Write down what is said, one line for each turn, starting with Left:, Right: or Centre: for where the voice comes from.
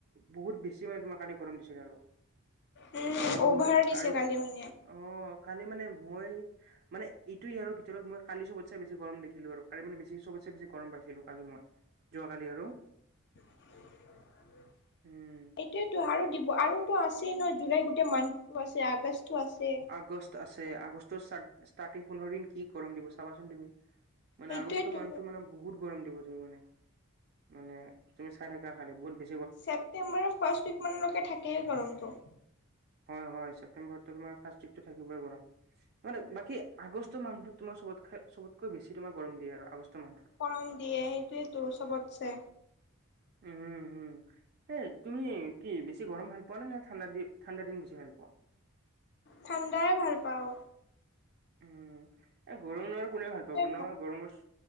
Right: বহুত বেছি মানে তোমাৰ কালি গৰম দিছিল আৰু।
Left: উম
Right: আৰু
Left: অভাৰ দিছে
Right: আৰু
Left: কালি মানে
Right: অঁ কালি মানে মই মানে এইটোয়ে আৰু ভিতৰত মই কালি চবত ছে বেছি গৰম দেখিলো আৰু কালি মানে বেছি চবত ছে বেছি বছি গৰম পাই ছিলো কালি মই, যোৱাকালি আৰু।
Left: এইটোয়েইতো
Right: উম
Left: আৰু দিব আৰু টো আছেই ন' জুলাই গোটেই মন্থটো আছে আগষ্টতো আছে।
Right: আগষ্ট আছে আগষ্টৰ ষ্টাৰ্টিং পোন্ধৰ দিন কি গৰম দিব চাবাচোন তুমি। মানে
Left: সেইটোয়েতো
Right: আগষ্ট মান্থটো মানে বহুত গৰম দিব। তুমি মানে, মানে তুমি চাই থাকা খালি বহুত বে।
Left: ছেপ্টেম্বৰৰ ফাৰ্ষ্ট উইকমানলৈকে থাকেই গৰমটো।
Right: হয় হয় ছেপ্তেম্বৰতটো তোমাৰ ফাৰ্ষ্ট উইকটো থাকিবই গৰম। মানে বাকী আগষ্ট মান্থটোত তোমাৰ চবতকৈ। চবতকৈ বেছি তোমাৰ গৰম দিয় আৰু আগষ্ট। মাহটোত।
Left: কাৰণ দিয়ে সেইটোৱে তোৰ চবতছে।
Right: উ উম হুম। এ তুমি কি বেছি গৰম ভাল পোৱা নে নে ঠাণ্ডা ঠাণ্ডা দিন বেছি ভাল পোৱা।
Left: ঠাণ্ডাই ভাল পাওঁ।
Right: উম। গৰম নোৱাৰ
Left: ঠাণ্ডা
Right: কোনে
Left: দিনটোৱে
Right: ভাল পাব নহয় গৰমৰ